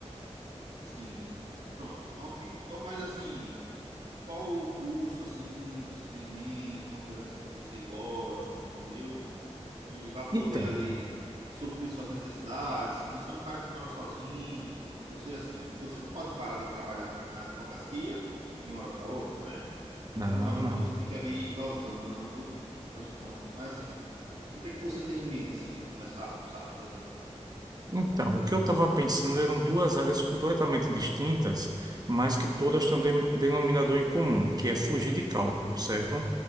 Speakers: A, on the right; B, on the right.
A: sim, pronto, então ok. Qual- Mas assim, qual curso assim você tem em mente, uma coisa assim que você gosta, entendeu? E vai poder
B: Então,
A: ali suprir suas necessidades, que você é um cara que mora sozinho, você assim, você não pode parar de trabalhar na advocacia de uma hora para outra, né? Então
B: não,
A: eu acho
B: não.
A: que você tem que ali ir dosando por enquanto. Mas assim, o que é que você tem em mente assim para começar a cursar, por exemplo?
B: Então, o que eu estava pensando eram duas áreas completamente distintas, mas que todas têm um de- denominador em comum, que é fugir de cálculo, certo?